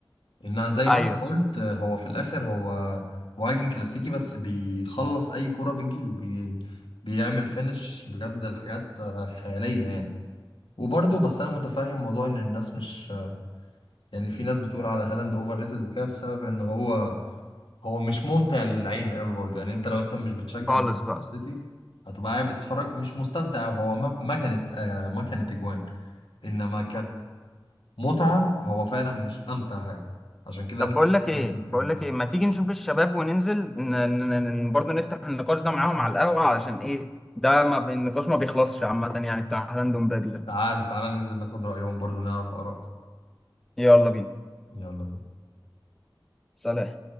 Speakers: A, on the left; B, in the centre.
A: انها زي ما
B: ايوه
A: انت قلت هو في الاخر هو مهاجم كلاسيكي بس بيخلص اي كرة بتجيله بي بيعمل فينش بجد الحاجات خيالية يعني وبرضه بس انا متفاهم موضوع ان الناس مش يعني في ناس بتقول على هالاند اوفر ريتد وكده بسبب ان هو هو مش ممتع للعين قوي برضه يعني انت لو انت مش بتشجع
B: خالص
A: مانشستر
B: بقى
A: سيتي هتبقى قاعد بتتفرج مش مستمتع هو ما ما كانت آه، ما كانت اجوان انما كمتعة هو فعلا مش امتع حاجة عشان كده
B: طب
A: هتلاقي
B: بقول لك
A: في
B: ايه
A: ناس ما بتحبهاش
B: بقول لك ايه ما تيجي نشوف الشباب وننزل ن... ن... ن... برضه نفتح النقاش ده معاهم على القهوه علشان ايه ده ما بي- النقاش ما بيخلصش عامه يعني بتاع هالاند ومبابي ده
A: تعال تعال ننزل ناخد رأيهم برضه نعرف آراءهم
B: يلا بينا
A: يلا بينا
B: سلام